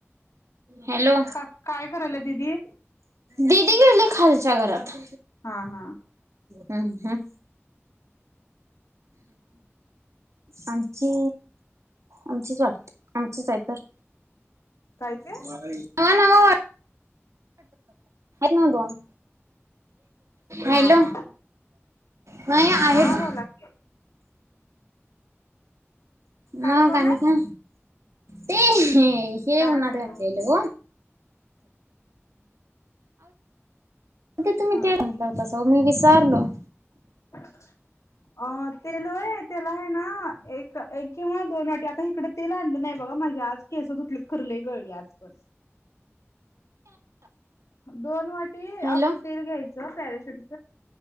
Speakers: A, on the right (about 85°); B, on the left (about 85°).
A: हॅलो.
B: का काय करायल दीदी
A: दिदी गेली खालच्या घरात
B: हा हा.
A: हम हम. आमख आमचीच वाट आमचच आहे तर
B: काय ते
A: नवा वा. ह ना दोन
B: हा
A: हॅलो
B: हा
A: ह आहे
B: हा
A: ना.
B: बोला की काय
A: मग
B: दोन
A: काणी
B: आहेत
A: खा ते हे. हे
B: काय
A: उणा
B: नाही
A: काटलेले.
B: बघ
A: तुम्ही
B: हा
A: ते म्हटलं होस मी विचारलो.
B: ह. अ तेल आहे तेला आहे ना एक एक किंवा दोन वाटी आता इकडे ते लांडलं नाही बघा माझ्या आज केस दुतलेत खरलं गळली आज पण दोन वाटी
A: हॅलो
B: आपलं तेल घ्यायचं पॅऱ्याशेवटीच